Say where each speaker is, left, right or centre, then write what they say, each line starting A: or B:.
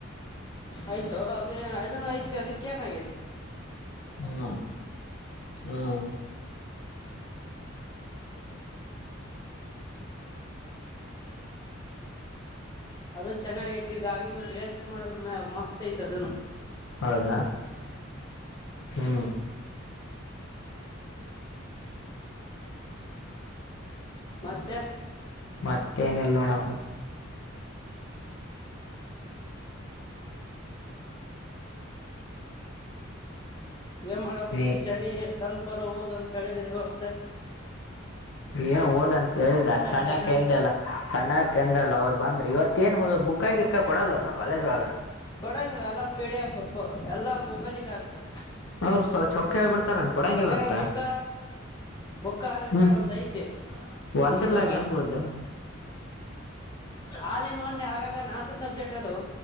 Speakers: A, on the left; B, on the left.
A: ಆಯ್ತು ಅದೇ ಅದನ್ನು ಐತಿ ಅದಕ್ಕ ಏನಾಗೈತಿ
B: ಹ್ಮ ಹ್ಮ್
A: ಅದು ಚೆನ್ನಾಗೈತಿ ಇದ ಆಗ ಮ ಬೇಸ ಮಾಡ ಮಸ್ತ್ ಐತ್ ಅದ
B: ಹೌದಾ ಹ್ಮ್
A: ಮತ್ತೆ
B: ಮತ್ತೆ ಏನೆಲ್ಲ ನೋಡಪ್ಪ
A: ಏನ್ ಮಾಡಕ್
B: ನೀ
A: ಉಂತ ಸ್ಟಡಿ ಸ್ವಲ್ಪ ಬರ್ ಹೋದಂತ ಹೇಳಿದ್ರಿ ಮಂತೆ
B: ಏನ್ ಹಓದಂತ ಹೇಳಿದ್ರ ಸಣ್ಣಕ್ಕೆ
A: ಚೆನ್ನಾಗ್
B: ಎಂದಲ್ಲ ಸಣ್ಣಕ ಎಂದಲ್ಲ ಅವ್ರು ಬಂದ್ರಿ ಇವತ್ತ ಏನ್ದ ಬುಕ್ ಹಕಿಕ್ಕ ಕೊಡಲ್ಲವ ಕಾಲೇಜ್ವಾಗ
A: ಕೊಡಂಗಿಲ್ಲ ಎಲ್ಲ ಪಿ ಡಿ ಎಫ್ ಎಲ್ಲಾ ಮೊಬೈಲ್ಗ ಆ
B: ಅವ್ರು ಸ ಚೊಕ್ಕ ಹೇಳ್ಬಿಡ್ತಾರನ್ ಕೊಡಂಗಿಲ್ಲ
A: ಬೇಕ್ರ
B: ಅಂತ
A: ಬುಕ್ಕ ಬುಕ್ಕ ಅಂದ್
B: ಹ್ಮ್
A: ಕಡೆ ಒಂದ್ ಐತಿ
B: ಒಂದ್ರಲಾಗ
A: ನಿಮ್ದ
B: ಹೆಂಗ್ ಓದ್ಲು
A: ಹಾಲ ನೋಡ್ ಅವರಾಗ ನಾಲ್ಕು ಸಬ್ಜೆಕ್ಟ್ ಅದು